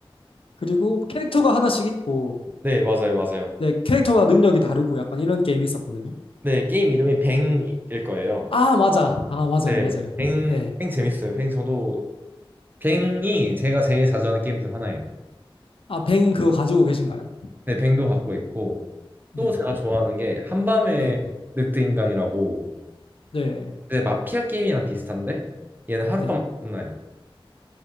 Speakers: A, on the left; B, on the right.
A: 그리고 캐릭터가 하나씩 있고,
B: 네, 맞아요. 맞아요.
A: 네, 캐릭터마다 능력이 다르고, 약간 이런 게임이 있었거든요.
B: 네, 게임 이름이 뱅일 거예요.
A: 아, 맞아. 아, 맞아요.
B: 네.
A: 맞아요.
B: 뱅,
A: 네.
B: 뱅 재밌어요. 뱅 저도 뱅이 제가 제일 자주 하는 게임 중 하나예요.
A: 아, 뱅 그거 가지고 계신가요?
B: 네, 뱅도 갖고 있고
A: 네.
B: 또 제가 좋아하는 게 한밤의
A: 네.
B: 늑대인간이라고
A: 네.
B: 이제 마피아 게임이랑 비슷한데 얘는 하룻밤
A: 네.
B: 끝나요.